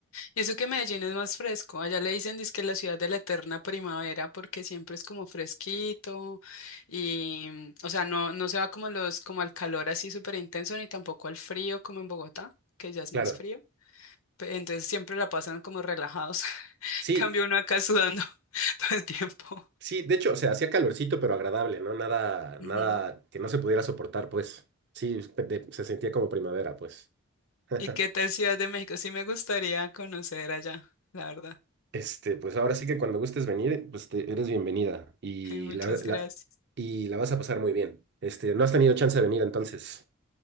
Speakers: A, on the left; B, on the right.
A: Y eso que Medellín es más fresco. Allá le dicen que la ciudad de la eterna primavera porque siempre es como fresquito y, o sea, no, no se va como los, como al calor así súper intenso ni tampoco al frío como en Bogotá, que ya es más
B: Claro,
A: frío. Pe- Entonces siempre la pasan como relajados. <laughs>
B: sí,
A: Cambio uno acá sudando <laughs> todo el tiempo.
B: sí, de hecho, o sea, hacía calorcito pero agradable, ¿no? Nada,
A: Ujú.
B: nada que no se pudiera soportar, pues. Sí, de- se sentía como primavera, pues. <laughs>
A: ¿Y qué tal Ciudad de México? Sí me gustaría conocer allá, la verdad.
B: Este, pues ahora sí que cuando gustes venir, pues te- eres bienvenida y
A: <laughs> Muchas
B: la, la-
A: gracias.
B: y la vas a pasar muy bien. Este, no has tenido chance de venir entonces.